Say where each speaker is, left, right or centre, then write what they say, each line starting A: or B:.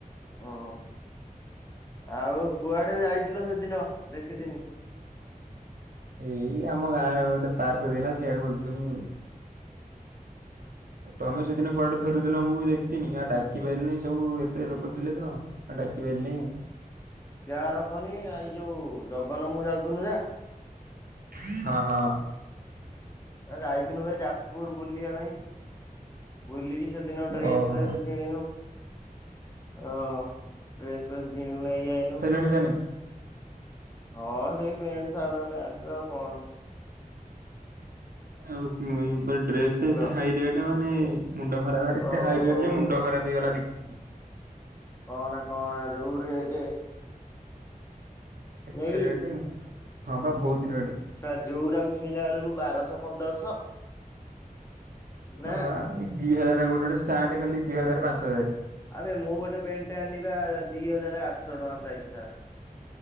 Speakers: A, on the left; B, on the right.
A: ଓ ଆଉ କୁଆଡେ ଯାଇଥିଲ ସେଦିନ ଦେଖିଦିନି?
B: ଏଇ ଆମ ଗାଁରେ ଗୋଟେ ପାର୍କ ଥିଲା ସେଇଆଡେ ବୁଲୁଥିନି ଆଉ ଆଉ ତମେ ସେଦିନ କୁଆଡେ ଫେରୁ ମୁଁ ବି ଦେଖିନି ଆଉ ଡାକି ପାଇଲିନି ସବୁ ଏତେ ଲୋକ ଥିଲେ ତ ଆଉ ଡାକି ପାଇଲିନି ଆଉ
A: କା ର କହନି ଏଇ ଯୋଉ ଜଗନ ମୁଁ ଯାଉଥଥିଲୁ ଯା
B: <inaudible> ହଁ ହଁ।
A: ଆ ଯାଇଥିନୁ ଭାଇ ଯାଜପୁର ବୁଲିବା ପାଇଁ। ବୁଲି କିି ସେଦିନ ଡ୍ରେସ୍
B: ଓହୋ
A: ଫ୍ରେସ୍ କିଣିନୁ ହଁ ତ୍ରେସ୍ ଫ୍ରେସ୍ ଘିଣି ଗୁଣା ଏ ଆଇନୁ
B: ଜ ଜ- <inaudible>
A: ହଁ ସେଇ ପେଣ୍ଟ ସାର୍ଟେ ଗୋଟେ ଆଣିଛୁ ଆଉ କଣ
B: ଆଉ ମୁଇଁ ବା ଡ୍ରେସ୍ ତ
A: ହ୍ୟାଲୋ
B: ଏତେ ହାଇ ରେଟ୍ ମାନେ ମୁଣ୍ଡ ଖରାପ ବା ଏତେ
A: ଓହୋ
B: ହାଇ ରେଟ୍ ଯେ ମୁଣ୍ଡ ଖରାପ ହେଇଗଲା ଦେଖି
A: କହନା କହନା ଯୋଉ ରେଟ୍
B: ଏତେ
A: ନୁହେଁ
B: ରେଡି
A: କି
B: ହଁ ବା ବହୁତ ରେଡି।
A: ଛୁଆ ଯଉରାକୁ ଛୁଇଁଲା ବେଳକୁ ବାରଶହ ପନ୍ଦରଶହ ନା
B: ହଁ ବା ଏଇ ଦି ହଜାରେ ଗୋଟେ ଗୋଟେ ସାର୍ଟ ଖାଲି ଦି ହଜାରେ ପାଞ୍ଚ ହଜାରେ।
A: ଆବେ ମୁଁ ଗୋଟେ ପ୍ୟାଣ୍ଟଟେ ଆଣିଲି ବା ଦି ହଜାର ଆଠଶହ ଟଙ୍କା ପ୍ରାଇସ ତାର